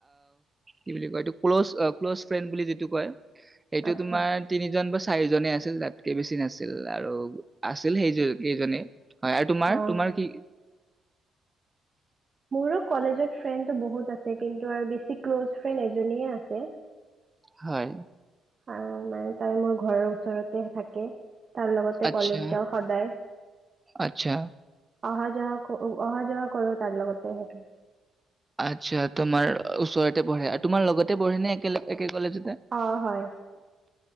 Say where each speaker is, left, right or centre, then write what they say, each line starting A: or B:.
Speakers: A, on the right (about 20°); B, on the right (about 40°).
A: কি বুলি কয় এইটো ক্ল'জ ক্ল'জ ফ্ৰেণ্ড বুলি যিটো কয় এইটো
B: আচ্ছা
A: তোমাৰ তিনিজন বা চাৰি চাৰিজনেই আছিল তাতকে বেছি নাছিল আৰু আছিল সেইকেইজনে হয় আৰু তোমাৰ
B: অ
A: তোমাৰ কি
B: মোৰো কলেজত ফ্ৰেণ্ডটো বহুত আছে কিন্তু আৰু বেছি ক্ল'জ ফ্ৰেণ্ড এজনে আছে
A: হয়
B: আৰু মানে তাই মোৰ ঘৰৰ ওচৰতে থাকে তাৰ লগতে
A: আচ্ছা
B: কলেজ যাওঁ সদায়
A: আচ্ছা
B: অহা যোৱা অহা যোৱা কৰো তাৰ লগতে সেইকাৰণে
A: আচ্ছা তোমাৰ ওচৰতে বঢ়ে আৰু তোমাৰ লগতে পঢ়ে নে একেলগ একেখন কলেজতে
B: অ' হয়